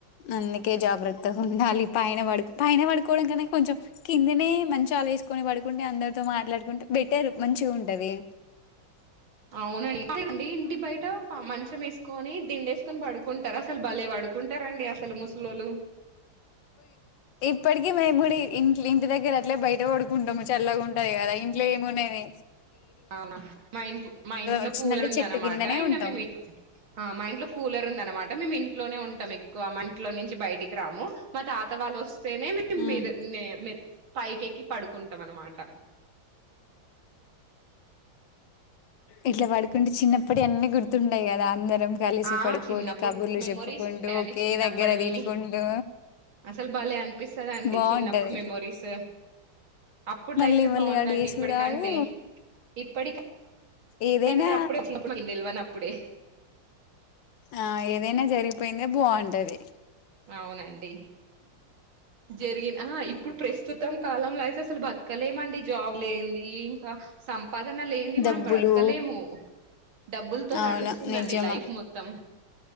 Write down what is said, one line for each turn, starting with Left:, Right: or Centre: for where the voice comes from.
Left: అందుకే జాగ్రత్తగా ఉండాలి పైన పడు పైన పడు కోవడంనే కొంచెం కిందినే మంచి చాలా వేసుకొని పడుకుంటే అందరితో మాట్లాడుకుంటే బెట్టేరు మంచిగా ఉంటది
Right: అవునండి అేండి ఇంటి బయట మంచం వేసుకో కోని దిండుఏసుకొని పడుకుంటారు అసలు బలే పడుకుంట అండి అసలు ముస్ లొలు
Left: ఇప్పటిక మేము కూడా ఇంటి దగ్గర అట్లే బయట పడుకుంటాము చల్లగా ఉంటది కదా ఇంట్లో ఏమున్నాది
Right: అవునా మా ఇంట్ మా ఇంట్లో
Left: వచ్చిందంటే
Right: కూలర్ ఉంద
Left: చెట్టు
Right: అనమాట
Left: కిందనే
Right: ఇంకా
Left: ఉంటాం
Right: మే ఇంట్లో మా ఇంట్లో కూలర్ ఉంది అనమాట మిమిం ట్లోనీ ఉంటాం ఎక్కువ మ ఇంట్లో నుంచి బయటికి రాము మా తాత వాళ్ళు వస్త సేనే మ
Left: ఉమ్
Right: మీద నే మే పైకెక్కి పడుకుంటాం అనమాట
Left: ఇట్ల పడుక ంటే చిన్నప్పుడి అనీ గుర్తుంటాయి కదా అందరు రం కలిసి
Right: ఆ
Left: పడుకొని
Right: చిన్నప్పుడు
Left: కబుర్లు
Right: మెమొరీస్
Left: చెప్పుకుంటూ
Right: ఉంటాయండి
Left: ఒకే
Right: చిన్నప్పటివి
Left: దగ్గర తినుకుంటు
Right: అసలు భలే అనిపిస్తదండి
Left: బాగుంటది
Right: చిన్నప్పుడు మెమొరీస్ అప్పుడు
Left: మళ్ళీ
Right: లైఫే
Left: మళ్ళీ
Right: బాగుందండి
Left: ఆడు ఏసురావు
Right: ఇప్పటికంటే ఇప్పటికప్
Left: ఏదైనా
Right: అంటే అప్పుడేచ్చినప్పుడు నిలవని అప్పుడే
Left: ఆ ఏదైనా జరిగిపోయిందే బాగుంటది
Right: అవునండి జరిగిన ఆ ఇప్పుడు ప్రస్తుతం కాలంలో అయితే అసలు బతకలేమండి జాబ్ లేంది ఇంకా సంప్ సంపాదన లేని
Left: డబ్బులు
Right: మనం బ్రతకలేము డబ్బులతో
Left: అవును
Right: నడుస్తుందండి
Left: నిజము
Right: లైఫ్ మొత్తం